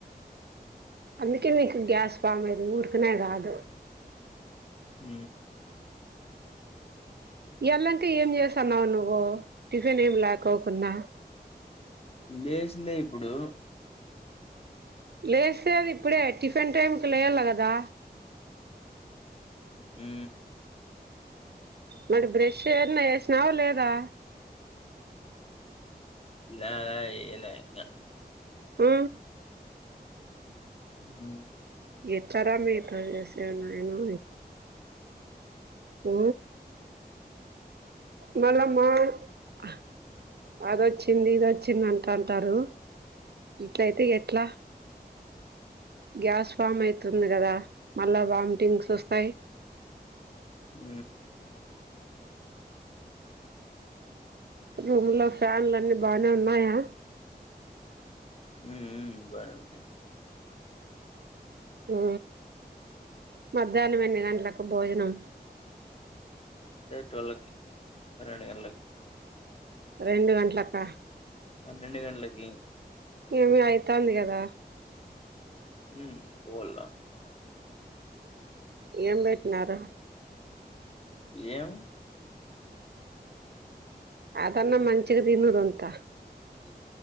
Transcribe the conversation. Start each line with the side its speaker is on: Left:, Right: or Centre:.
Right: అందుకే నీకు గ్యాస్ ఫామ్ అయ్యేది ఊరికనే కాదు
Left: ఉ
Right: ఈ యలదాంక ఏం చేసన్నావు నువ్వు టిఫిన్ ఏం లాకోకున్న
Left: లేసిందే ఇప్పుడు
Right: లేస్తేది ఇప్పుడే టిఫిన్ టైం కు లేయాల కదా
Left: ఉ
Right: మడి బ్రెష్ ఏన్నా వేసినావు లేదా
Left: ల్యా ల్యా ఏయల ఇంగ
Right: ఉ
Left: ఉ
Right: ఎట్లా రా మీతో చేసేది నయానో మ మళ్ళమా ఆ అదొచ్చింది ఇదొచ్చింది అంట అంటారు ఇట్లయితే ఎట్లా గ్యాస్ ఫామ్ అయితుంది కదా మళ్ళా వామిటింగ్స్ ఓస్తాయి
Left: ఉ
Right: రూమ్ లో ఫ్యాన్లు అన్ని బానే ఉన్నాయా
Left: ఉ ఉ బానే ఉన్నాయి
Right: ఉ మధ్యానం ఎన్ని గంటలకు భోజనం
Left: టె ట్వెల్వ్ కీ పనేడు గంటలకి
Right: రెండు గంట్లకా
Left: పన్నెండు గంట్లకి
Right: ఏమి అయితాంది కదా
Left: ఉ పొల్లా
Right: ఏం బెట్నారు
Left: ఏం
Right: అదన్న మంచిగ తిను రొంత
Left: హు